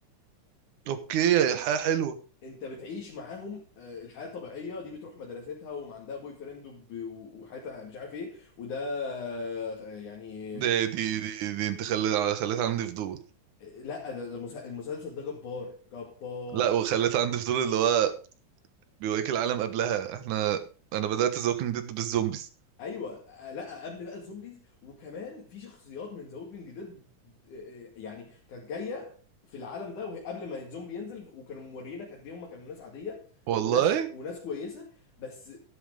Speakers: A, on the right; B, on the left.
A: اوكي الحياة
B: إن-
A: حلوة
B: انت بتعيش معاهم آه، الحياه الطبيعيه دي بتروح مدرستها ومعندها بوي فريند وب... وحياتها مش عارف ايه وده آه، يعني
A: دي دي دي, دي انت خليت خليت عندي فضول
B: لا ده ده مسا- المسلسل ده جبار جبار
A: لا وخليت عندي فضول اللي هو بيوريك العالم قبلها احنا انا بدأت ذا ووكينج ديد بالزومبيز
B: ايوه آه، لا قبل بقى الزومبيز وكمان في شخصيات من ذا ووكينج ديد آه، آه، يعني كانت جايه في العالم ده وهي قبل ما الزومبي ينزل وكانوا موريينك قد ايه هم كانوا ناس عاديه
A: والله
B: وناس وناس كويسه بس